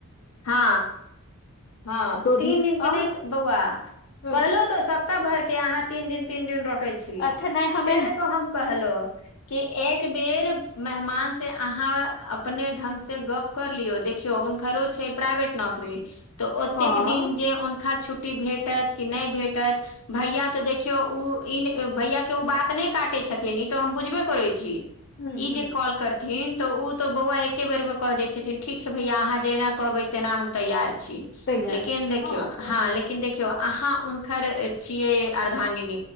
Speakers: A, on the left; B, on the left.
A: ह ह
B: दो
A: तीन दिन के
B: आ
A: नहि बौआ
B: हम्म,
A: कहलो सप्ताह भर के अहाँ तीन दिन तीन दिन रोटे से
B: अच्छा नहि हमे
A: तऽ हम कहल कि एक बेर मेहमान से अहा अपने ढंग से गप कर लियो देखियो हुनकरो छै प्राइवेट नौकरी त ओतेक
B: हँ
A: दिन जे हुनका छुट्टी भेटत कि नहि भेटत भैया तऽ देखियौ ओ ई भैया के ओ बात नहि काटे छथिन ई त हम बुझबे करै छी
B: ह
A: ई
B: ह
A: जे कॉल करत। थिन तऽ ओ त बौआ एके बेर मे क दै छथिन, ठीक छै भैया अहां जे एना कहबै तना हम तैय छी
B: तैयार
A: लेकिन
B: छियै
A: देखियौ
B: हँ सही
A: ह ल देखौ अहाँ। खर छियै अर्धांगिन